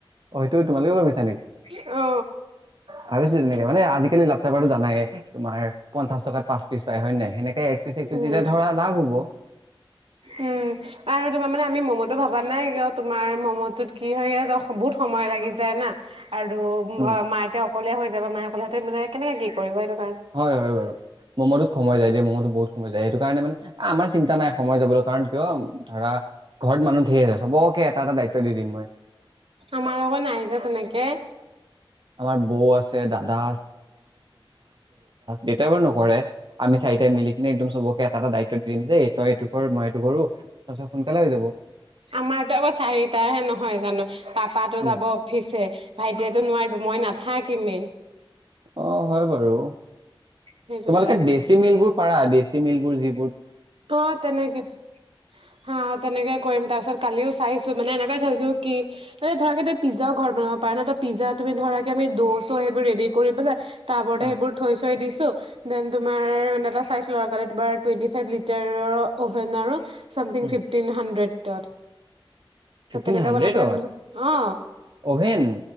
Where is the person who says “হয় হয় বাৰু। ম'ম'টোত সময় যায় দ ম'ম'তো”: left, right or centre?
Right